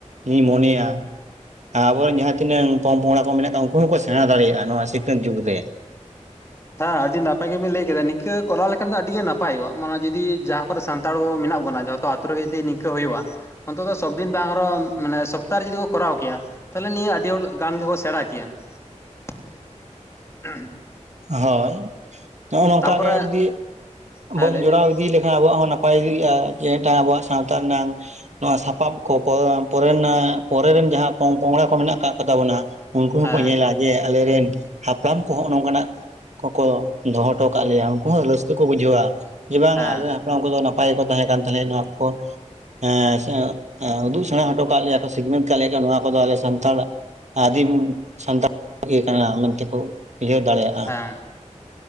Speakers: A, on the right (about 65°); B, on the left (about 20°).
A: ᱤᱧᱤᱧ ᱢᱚᱱᱮᱭᱟ- ᱟᱵᱚᱨᱮᱱ ᱡᱟᱦᱟᱸ ᱛᱤᱱᱟᱹᱜ ᱯᱚᱼᱯᱚᱝᱲᱟ ᱠᱚ ᱢᱮᱱᱟᱜ ᱠᱚᱣᱟ ᱩᱱᱠᱩ ᱦᱚᱸᱠᱚ ᱥᱮᱬᱟ ᱫᱟᱲᱮᱭᱟᱜᱼᱟ ᱱᱚᱣᱟ ᱥᱤᱠᱷᱱᱟᱹᱛ ᱡᱩᱜᱽ ᱨᱮ᱾
B: ᱦᱮᱸ ᱟᱹᱰᱤ ᱱᱟᱯᱟᱭ ᱜᱮᱵᱤᱱ ᱞᱟᱹᱭ ᱠᱮᱫᱟ ᱱᱤᱝᱠᱟᱹ ᱠᱚᱨᱟᱣ ᱞᱮᱠᱷᱟᱱ ᱫᱚ ᱟᱹᱰᱤ ᱜᱮ ᱱᱟᱯᱟᱭᱚᱜᱼᱟ ᱢᱟᱱᱮ ᱡᱩᱫᱤ ᱡᱟᱦᱟᱸ ᱠᱚᱨᱮᱜ ᱥᱟᱱᱛᱟᱲ ᱠᱚ ᱢᱮᱱᱟᱜ ᱵᱚᱱᱟ ᱡᱚᱛᱚ- ᱟᱛᱳ ᱨᱮ ᱡᱩᱫᱤ ᱱᱤᱝᱠᱟᱹ ᱦᱩᱭᱩᱜᱼᱟ ᱚᱱᱛᱚᱛᱚ ᱥᱚᱵ ᱫᱤᱱ ᱵᱟᱝ ᱨᱮᱦᱚᱸ ᱢᱟᱱᱮ ᱥᱚᱯᱛᱟᱨᱮ ᱡᱩᱫᱤ ᱠᱚ ᱠᱚᱨᱟᱣ ᱠᱮᱭᱟ- ᱛᱟᱦᱞᱮ ᱱᱤᱭᱟᱹ ᱟᱹᱰᱤ ᱜᱟᱱ ᱜᱮᱠᱚ ᱥᱮᱸᱬᱟ ᱠᱮᱭᱟ᱾
A: <inaudible>
B: <unintelligible>
A: ᱦᱳᱭ ᱱᱚᱜᱚᱭ ᱱᱚᱝᱠᱟ
B: ᱛᱟᱯᱚᱨᱮ
A: ᱜᱮ ᱡᱩᱫᱤ
B: ᱦᱮᱸ
A: ᱵᱚᱱ
B: ᱞᱟᱹᱭ
A: ᱡᱚᱲᱟᱣ
B: ᱵᱤᱱ
A: ᱤ ᱞᱮᱠᱷᱟᱱ ᱟᱵᱚᱣᱟᱜ ᱦᱚᱸ ᱱᱟᱯᱟᱭ ᱜᱮ ᱦᱩᱭᱩᱜᱼᱟ ᱡᱮ ᱢᱮᱫ ᱴᱟᱝ ᱟᱵᱚᱣᱟᱜ ᱥᱟᱶᱛᱟ ᱨᱮᱱᱟᱝ ᱱᱚᱣᱟ ᱥᱟᱯᱟᱵ ᱠᱚ ᱯᱚᱨᱚᱵ ᱯᱚᱨᱚ ᱨᱮᱱᱟᱜ ᱯᱚᱨᱮ ᱨᱮᱱ ᱡᱟᱦᱟᱸ ᱯᱚᱝᱯᱚᱝᱜᱲᱟ ᱠᱚ ᱢᱮᱱᱟᱜ ᱠᱟᱜ ᱠᱚ ᱛᱟᱵᱚᱱᱟ ᱩᱱᱠᱩ ᱦᱚᱸᱠᱚ
B: ᱦᱮᱸ
A: ᱧᱮᱞᱟ ᱡᱮ ᱟᱞᱮ ᱨᱮᱱ ᱦᱟᱯᱲᱟᱢ ᱠᱚᱦᱚᱸ ᱱᱚᱝᱠᱟ ᱱᱟᱜ ᱠᱚᱠᱚ ᱫᱚᱦᱚ ᱦᱚᱴᱚ ᱠᱟᱜ ᱞᱮᱭᱟ ᱩᱱᱠᱩ ᱦᱚᱸ ᱨᱟᱹᱥᱠᱟᱹ ᱠᱚ ᱵᱩᱡᱷᱟᱹᱣᱼᱟ ᱡᱮ ᱵᱟᱝ
B: ᱦᱮᱸ
A: ᱟᱞᱮ <inaudible> ᱩᱱᱠᱩ ᱫᱚ ᱱᱟᱯᱟᱭ ᱜᱮᱠᱚ ᱛᱟᱦᱮᱸ ᱠᱟᱱ ᱛᱷᱟᱞᱮ ᱱᱚᱣᱟ ᱠᱚ ᱦᱮᱸ <inaudible> ᱩᱫᱩᱜ ᱥᱮᱸᱬᱟ ᱦᱚᱴᱚ ᱠᱟᱜ ᱞᱮᱭᱟ ᱠᱚ ᱥᱤᱠᱷᱱᱟᱹᱛ ᱠᱟᱜ ᱞᱮᱜᱮᱭᱟ ᱱᱚᱣᱟ ᱠᱚᱫᱚ ᱟᱞᱮ ᱥᱟᱱᱛᱟᱲ ᱟᱜ ᱟᱹᱫᱤᱢ ᱥᱟᱱᱛᱟᱲ <inaudible> ᱤᱭᱟᱹ ᱠᱟᱱᱟ ᱢᱮᱱᱛᱮ ᱠᱚ ᱩᱭᱦᱟᱹᱨ ᱫᱟᱲᱮᱭᱟᱜᱼᱟ᱾
B: ᱦᱮᱸ